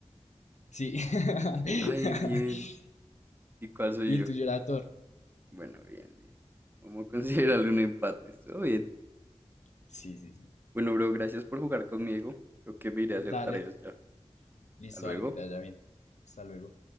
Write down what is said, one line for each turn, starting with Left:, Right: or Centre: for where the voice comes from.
Left: sí. <laughs>
Right: Ay, bien. ¿Y cuál soy
Left: Y el
Right: yo?
Left: tuyo era Thor.
Right: Bueno, bien, bien. Vamos a considerarle un empate. Estuvo bien.
Left: Sí, sí, sí.
Right: Bueno, bro, gracias por jugar conmigo. Creo que me iré a hacer
Left: Dale.
Right: tareas ya.
Left: Listo,
Right: Hasta luego.
Left: dale, que te vaya bien. Hasta luego.